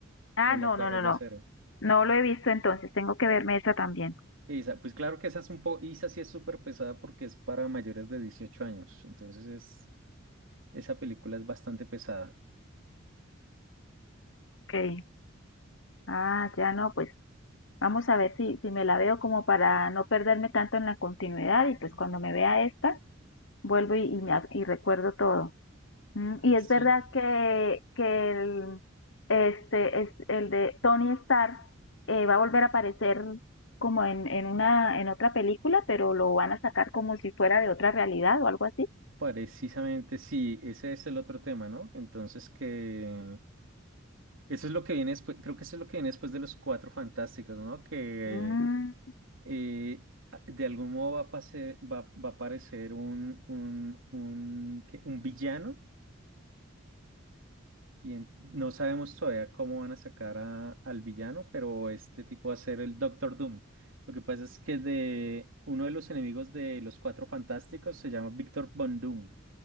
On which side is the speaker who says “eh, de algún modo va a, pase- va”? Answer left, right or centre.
Right